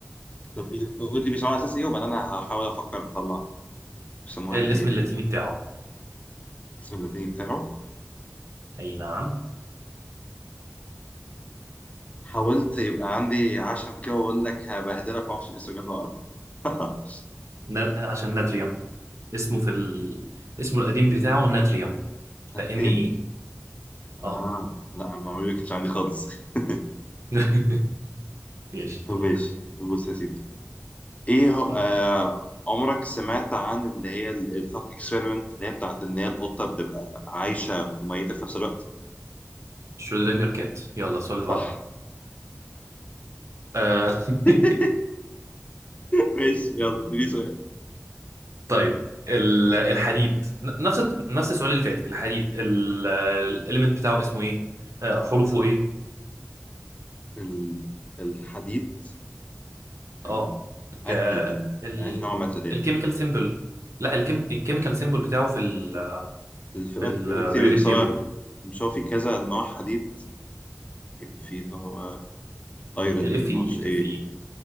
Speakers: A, on the left; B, on the right.
A: طب إيه- قول لي بيسموها على اساس ايه وبعدين انا هحاول افكر اطلعها بيسموها
B: الاسم
A: ان ايه ليه
B: اللاتيني بتاعه
A: الاسم اللاتيني بتاعه
B: اي نعم
A: حاولت يبقى عندي عشم كده واقول لك هبهدلك معرفش ايه بس بجد بعرف <laughs>
B: نا- عشان ناتريوم اسمه في ال... اسمه القديم بتاعه ناتريوم فإن
A: هتريم؟
B: إيه
A: اه
B: اه
A: لا المعلومة ما كانتش عندي خالص <laughs>
B: <laughs> ماشي
A: طب
B: دورك
A: ماشي طب بص يا سيدي ايه هو
B: طيب.
A: آه عمرك سمعت عن اللي هي الثوت اكسبيرمنت اللي هي بتاعت ان هي القطة بتبقى عايشة وميتة في نفس الوقت
B: شرودنجر كات يلا السؤال
A: صح
B: اللي بعده آه. <laughs>
A: <laughs> ماشي يلا اديني سؤال
B: طيب ال- الحديد ن- نفس نفس السؤال اللي فات الحديد الاليمنت بتاعه اسمه ايه آه، حروفه ايه
A: ال- الحديد آه
B: اه ك
A: انهي
B: ال
A: انهي نوع من التدين
B: الكيميكال سيمبل لا الكيم الكيميكال سيمبل بتاعه في ال
A: الفي اي
B: في البريودك
A: في بيقول لك تيبل بس
B: تيبل
A: هو مش هو في كذا نوع حديد في اللي هو ايرن
B: الاف
A: معرفش
B: اي الاف
A: ايه
B: اي